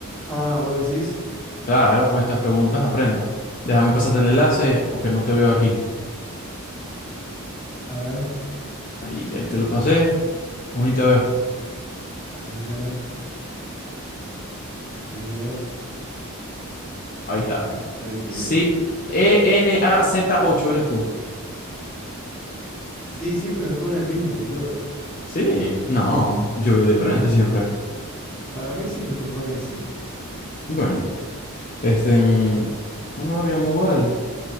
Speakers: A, in the centre; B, on the left.
A: Ah, vos decís...
B: Claro, con estas preguntas aprendo. Déjame pasarte el enlace porque no te veo aquí.
A: A ver,
B: Ahí, ahí te lo pasé. Únete a ver.
A: a ver, a ver...
B: Ahí
A: Ahí
B: está.
A: estoy, ahí estoy,
B: Sí.
A: ahí estoy.
B: e n a z ocho eres tú.
A: Sí, siempre me pone el mismo, boludo.
B: Sí. No, yo veo diferente siempre.
A: Para mí siempre me pone ese.
B: Bueno, este. mm, Bueno, habíamos jugar.